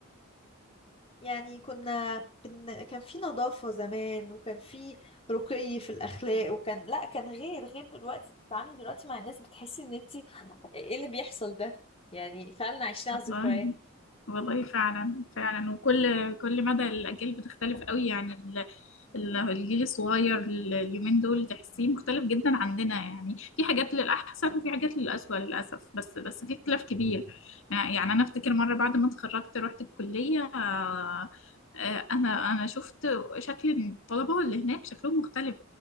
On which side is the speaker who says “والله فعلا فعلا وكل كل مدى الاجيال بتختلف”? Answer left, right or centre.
Left